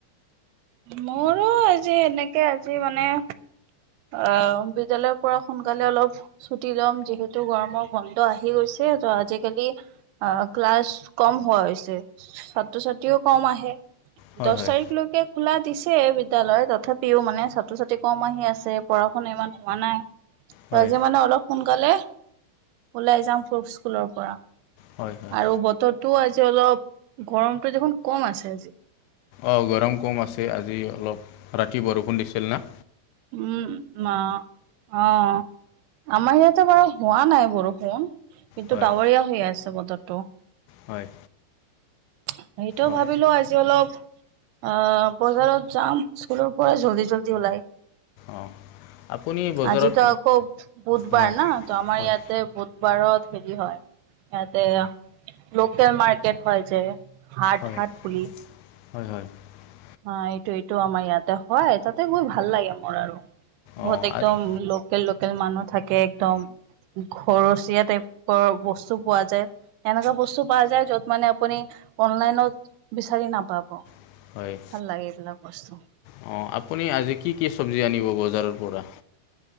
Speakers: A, on the right; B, on the left.
A: মোৰো আজি এনেকে আজি মানে অ বিদ্যালয়ৰ পৰা সোনকালে অলপ ছুটি লম যিহেতু গৰমৰ গন্ধ আহি গৈছে। আজিকালি অ ক্লাছ কম হোৱা হৈছে ছাত্ৰ- ছাত্ৰীও কম আহে।
B: হয়
A: দহ
B: হয়
A: তাৰিখলৈকে খোলা দিছে বিদ্যালয় তথাপিও মানে ছাত্ৰ-ছাত্ৰী কম আহি আছে পঢ়া -শুনা ইমান হোৱা নাই ত
B: হয়
A: আজি মানে অলপ সোনকালে ওলাই যাম ফ স্কুলৰ পৰা,
B: হয় হয়
A: আৰু বতৰটোও আজি আজি অলপ গৰমটো দেখোন কম আছে।
B: অ গৰম কম আছে আজি, অলপ ৰাতি বৰষুণ দিছিল না
A: উম! মা অৱ আমাৰ ইয়াতে বাৰু হোৱা নাই বৰষুণ। কিন্তু
B: হয়
A: ডাৱৰীয়া হৈ আছে বতৰটো।
B: হয়
A: সেইটো
B: অঁ
A: ভাবিলো আজি অলপ। আহ বজাৰত যাম স্কুলৰ পৰা জল্দি জল্দি ওলাই
B: অঁ আপুনি বজাৰত
A: আজিতো আকৌ বুধবাৰ
B: হয়
A: না আমাৰ
B: হয়
A: ইয়াতে বুধবাৰত হেৰি হয় ইয়াতে লোকেল মাৰ্কেট হয় যে হাত
B: হয়
A: হাত পুলি
B: <unintelligible>
A: অ এইটো এইটো আমাৰ ইয়াতে হয় তাতে গৈ ভাল লাগে মোৰ আৰু
B: অঁ
A: বহুত একদম
B: আ-
A: লোকেল লোকেল মানুহ থাকে একদম ঘৰচীয়া টাইপৰ বস্তু পোৱা যায় এনেকুৱা বস্তু পোৱা যায় য'ত মানে আপুনি অনলাইনত বিচাৰি নাপাব
B: <unintelligible>
A: ভাল লাগে এইলাক বস্ত
B: অঁ আপুনি আজি কি কি চবজি আনিব বজাৰৰ পৰা!